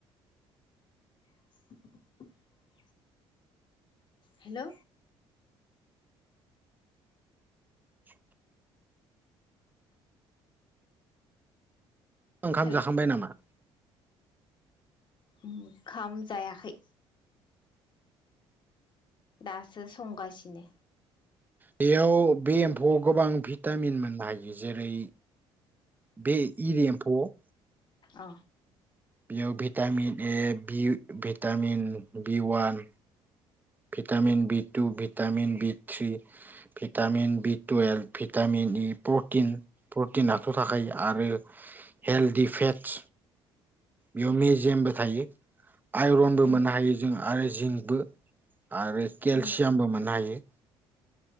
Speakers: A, on the left; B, on the right.
A: <unintelligible> हेलौ।
B: <unintelligible> ओंखाम
A: हेल'
B: जाखांबाय नामा?
A: ओंखाम जायाखै। दासो संगासिनो।
B: बेयाव बे एम्फौआव गोबां भिटामिन मोननो हायो जेरै बे इरि एम्फौआव
A: अ।
B: बेयाव vitamin A B vitamin B one vitamin B two vitamin B three vitamin B two A vitamin E protein protein आथ' थाखायो आरो हेल्दि फेटस बेयाव मेजेमबो थायो। आइरनबो
A: उम
B: मोननो हायो जों आय <unintelligible> आरो केलसियामबो
A: उम
B: मोननो हायो।